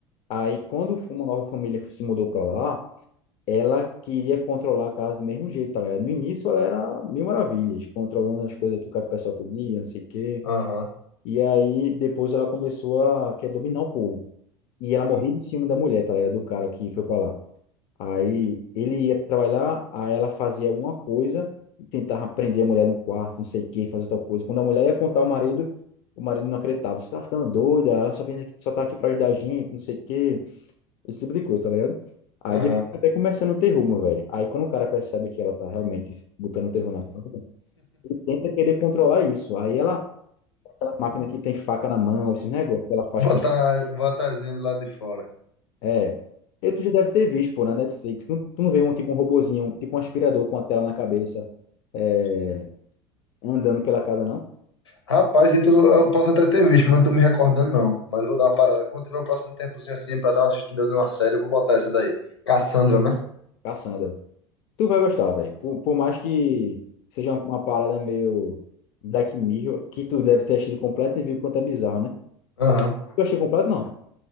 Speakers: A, on the left (about 45°); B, on the left (about 75°).
A: Aí, quando uma nova família se mudou pra lá, ela queria controlar a casa do mesmo jeito, tá ligado? No início, ela era mil maravilhas, controlando as coisas que o pessoal pedia, não sei o quê.
B: Aham,
A: E aí depois ela começou a querer dominar o povo. E ela morria de ciúme da mulher, tá ligado? Do cara que foi pra lá. Aí ele ia trabalhar, aí ela fazia alguma coisa, tentava prender a mulher num quarto, não sei o quê, fazer tal coisa. Quando a mulher ia contar ao marido, o marido não acreditava. Você tá ficando doida, ela só vem aqui, só tá aqui pra ajudar a gente, não sei o quê. Esse tipo de coisa, tá ligado? Aí
B: aham.
A: depois vai começando o terror, meu velho. Aí quando o cara percebe que ela tá realmente botando o terror na conta, ele tenta querer controlar isso. Aí ela aquela máquina que tem faca na mão, esse negócio que ela faz
B: Bota,
A: com.
B: bota as vendas lá de fora.
A: É. E tu já deve ter visto, pô, na Netflix. Não- tu não vê um tipo um robozinho, um, tipo um aspirador com a tela na cabeça, é, andando pela casa, não?
B: Rapaz, Ítalo, eu posso até ter visto, mas não tô me recordando, não. Mas eu vou dar uma parada. Quando tiver o próximo tempozinho assim pra dar uma assistida numa série, eu vou botar essa daí. Cassandra, né?
A: Cassandra. Tu vai gostar, velho. Por, por mais que seja uma, uma parada meio Black Mirror, que tu deve ter achado completo e viu quanto é bizarro, né?
B: Aham.
A: Tu achou completo, não?